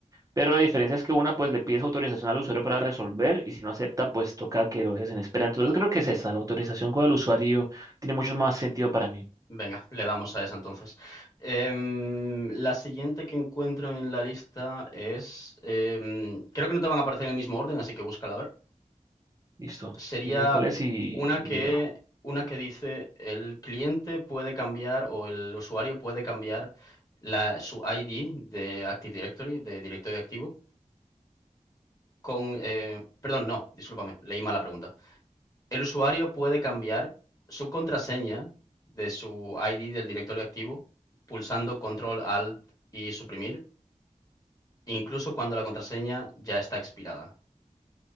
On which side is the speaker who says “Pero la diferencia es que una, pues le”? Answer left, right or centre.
Right